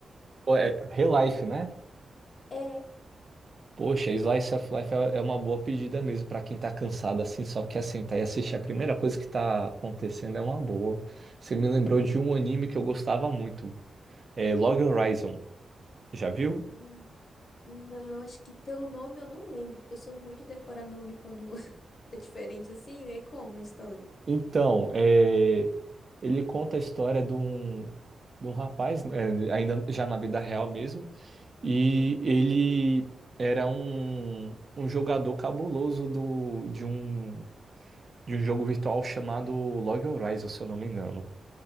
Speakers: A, on the right; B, on the left.
A: Pô, É Relife, né?
B: É.
A: Poxa, Slice of Life é é uma boa pedida mesmo pra quem tá cansado assim, só quer sentar e assistir. A primeira coisa que tá acontecendo é uma boa. Você
B: uhum,
A: me lembrou de um anime que eu gostava muito, é Log Horizon. Já viu?
B: uhum. Não, acho que pelo nome eu não lembro, porque eu sou ruim de decorar nome quando <laughs> é diferente assim, é como a história.
A: Então, é, ele conta a história de um, de um rapaz, né, ainda já na vida real mesmo E
B: Uhum,
A: ele era um, um jogador cabuloso do, de um, de um jogo virtual chamado Log Horizon, se eu não me engano.